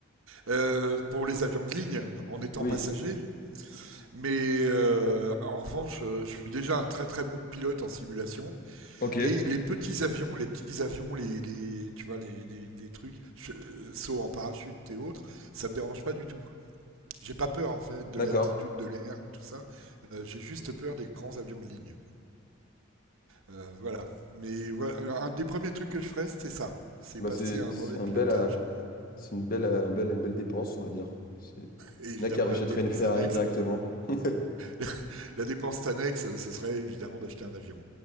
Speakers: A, on the right; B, on the left.
A: Euh, pour les avions de ligne en étant
B: Oui.
A: passager. Mais euh, en revanche, euh, je suis déjà un très très bon pilote en simulation.
B: Ok,
A: Et les petits avions, les petits avions, les, les tu vois, les, les, les trucs, euh, sauts en parachute et autres, ça me dérange pas du tout. J'ai pas peur en fait de
B: d'accord.
A: l'altitude, de l'air et tout ça. Euh, J'ai juste peur des grands avions de ligne. Euh, voilà. Mais voilà, euh, un des premiers trucs que je ferais, c'est ça. C'est
B: Bah,
A: passer
B: c'est
A: à un
B: c'est
A: brevet
B: un
A: de pilotage.
B: bel, euh, c'est une belle, euh, un bel- une belle dépense, on va dire. C'est-
A: Et évidemment,
B: Il y en a qui rachèteraient
A: la dépense
B: une Ferrari
A: annexe.
B: directement. <laughs>
A: <laughs> la dépense annexe, ce serait évidemment d'acheter un avion.